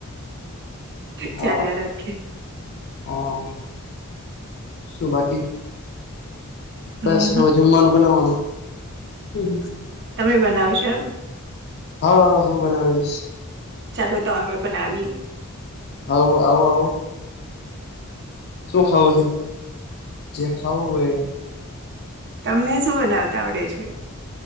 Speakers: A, on the left; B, on the right.
A: હા
B: ચાલ રાખે
A: હા શું બાકી
B: હમ
A: બસ હવે જમવાનું બનાવાનું હમ
B: તમે બનાવશો એમ
A: હા હું બનાવીઈશ
B: ચાલો તો અમે પણ આવીએ
A: આવ આવો આવ શું ખાવું છે જે ખાવું હોય
B: તમને શું બનાવતા આવડે છે